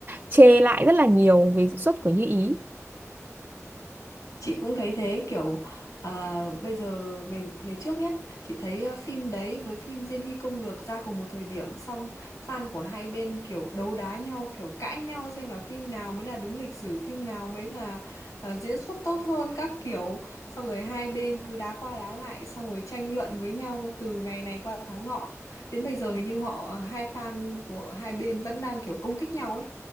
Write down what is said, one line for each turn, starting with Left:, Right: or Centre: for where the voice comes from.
Right: chê lại rất là nhiều về diễn xuất của Như ý
Left: Chị cũng thấy thế kiểu à, bây giờ ngày ngày trước nhé chị thấy ờ, phim đấy với phim Diên Hy Công Lược ra cùng một thời điểm xong fan của hai bên kiểu đấu đá nhau kiểu cãi nhau xem là phim nào mới là đúng lịch sử phim nào mới là ờ, diễn xuất tốt hơn các kiểu xong rồi hai bên cứ đá qua đá lại xong rồi tranh luận với nhau từ ngày này qua tháng nọ đến bây giờ hình như họ hai fan của hai bên vẫn đang kiểu công kích nhau ấy